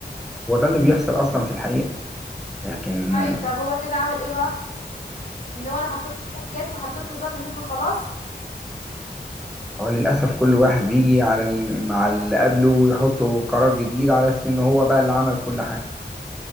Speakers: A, in the centre; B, on the left (about 45°).
A: هو ده اللي بيحصل اصلا في الحقيقة لكن
B: طيب طب هو كده عمل ايه بقى ان هو انا حطيت نظام جات وحطيت نظام جديد وخلاص
A: هو للأسف كل واحد بيجي على ال... مع اللي قبله ويحطه قرار جديد على أساس إن هو بقى اللي عمل كل حاجة